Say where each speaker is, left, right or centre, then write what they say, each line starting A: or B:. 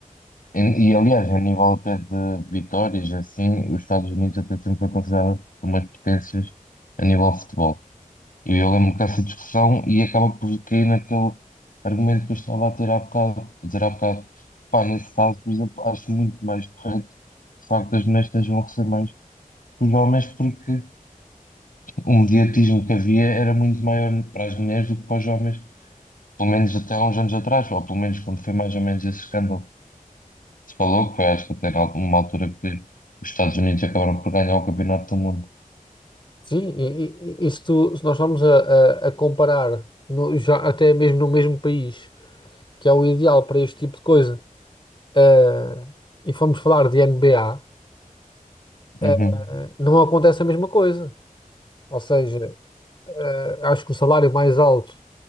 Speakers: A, on the left; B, on the left.
A: E, e, aliás, a nível até de vitórias, assim, os Estados Unidos até sempre foi considerado umas potências a nível de futebol. E eu lembro dessa discussão e acaba por cair naquele argumento que eu estava a ter há bocado, a dizer há bocado. Pá, nesse caso, por exemplo, acho muito mais correto, de facto, as mulheres estejam a receber mais que os homens, porque o mediatismo que havia era muito maior para as mulheres do que para os homens, pelo menos até há uns anos atrás, ou pelo menos quando foi mais ou menos esse escândalo se falou que foi, acho que até era uma altura que os Estados Unidos acabaram por ganhar o Campeonato do Mundo.
B: Sim, e, e, e isto, se nós vamos a, a- a comparar, no- já até mesmo no mesmo país, que é o ideal para este tipo de coisa, eh, e formos falar de NBA, eh,
A: Uhum.
B: não acontece a mesma coisa. Ou seja, eh, acho que o salário mais alto